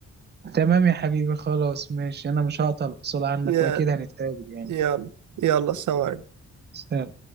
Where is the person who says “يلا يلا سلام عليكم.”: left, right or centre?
Right